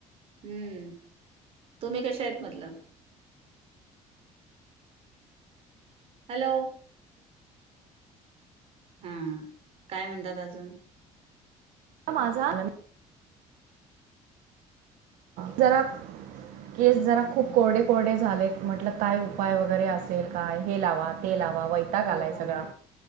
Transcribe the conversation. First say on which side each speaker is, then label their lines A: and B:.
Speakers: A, on the right; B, on the right.
A: हम्म तुम्ही कशा आहेत म्हटलं हॅलो हा काय म्हणतात अजून
B: ह माझा जरा केस
A: हा
B: जरा खूप कोरडे कोरढे झालेत म्हटलं काय उपाय वगैरे असेल काय हे लावा ते लावा वैताग
A: हो
B: आलाय
A: हो
B: सगळा